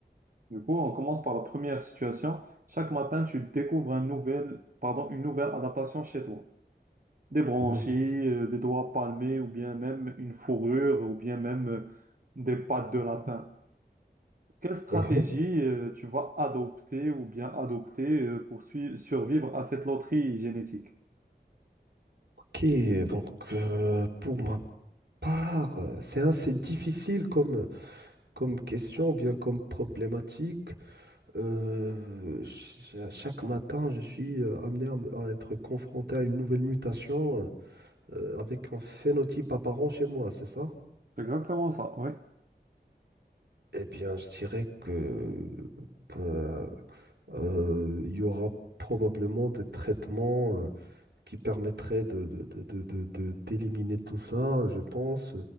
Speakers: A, on the right; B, on the right.
A: Du coup, on commence par la première situation. Chaque matin, tu découvres un nouvel, pardon, une nouvelle adaptation chez toi. Des branchies,
B: Innovant.
A: euh, des doigts palmés, ou bien même une fourrure, ou bien même euh, des pattes de lapin. Quelle stratégie
B: Mhm.
A: euh, tu vas adopter ou bien adopter euh, pour sui- survivre à cette loterie génétique?
B: Ok, donc euh, pour ma part, euh, c'est assez difficile comme, comme question, ou bien comme problématique. Euh, ch- à chaque matin, je suis euh, amené à, m- à être confronté à une nouvelle mutation euh, euh, avec un phénotype apparent chez moi, c'est ça?
A: C'est exactement ça, oui.
B: Eh bien, je dirais que euh, euh, il y aura probablement des traitements euh, qui permettraient de, de- de- de- de- d'éliminer tout ça, je pense.